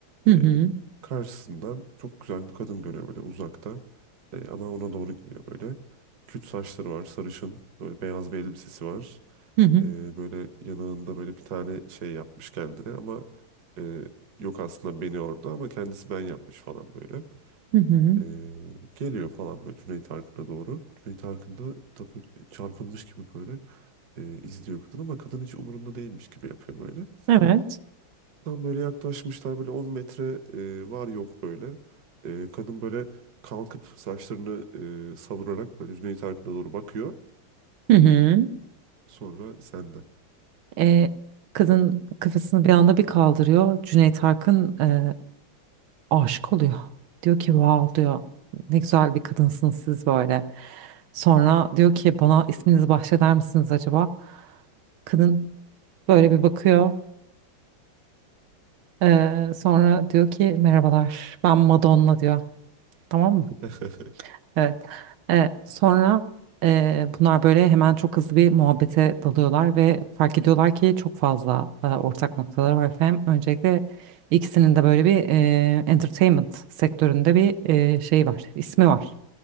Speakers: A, on the right; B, on the right.
A: Hı
B: e,
A: hı,
B: karşısından çok güzel bir kadın görüyor böyle uzakta. E, ama ona doğru gidiyor böyle. Küt saçları var sarışın böyle beyaz bir elbisesi var
A: hı hı,
B: e, böyle yanağında böyle bir tane şey yapmış kendine ama e, yok aslında beni orada ama kendisi ben yapmış falan böyle.
A: hı hı.
B: E, geliyor falan böyle Cüneyt Arkın'a doğru. Cüneyt Arkın da tabii çarpılmış gibi böyle e, izliyor kadın ama kadın hiç umurunda değilmiş gibi yapıyor böyle.
A: Evet.
B: Tam böyle yaklaşmışlar böyle 10 metre e, var yok böyle. E, kadın böyle kalkıp saçlarını e, savurarak böyle Cüneyt Arkın'a doğru bakıyor.
A: Hı hı.
B: Sonra sende.
A: Ee, kadın kafasını bir anda bir kaldırıyor. Cüneyt Arkın e, aşık oluyor. Diyor ki, wow diyor. Ne güzel bir kadınsınız siz böyle. Sonra diyor ki bana isminizi bahşeder misiniz acaba? Kadın böyle bir bakıyor. Ee, sonra diyor ki merhabalar ben Madonna diyor. Tamam mı?
B: <laughs>
A: Evet. Ee, sonra e, bunlar böyle hemen çok hızlı bir muhabbete dalıyorlar ve fark ediyorlar ki çok fazla e, ortak noktalar var efendim. Öncelikle ikisinin de böyle bir e, entertainment sektöründe bir e, şey var, ismi var